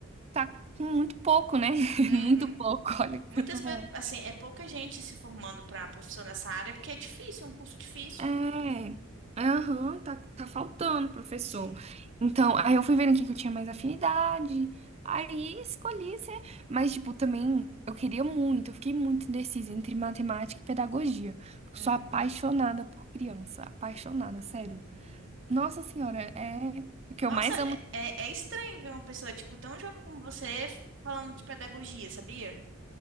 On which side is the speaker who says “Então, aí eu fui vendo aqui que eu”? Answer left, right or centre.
Right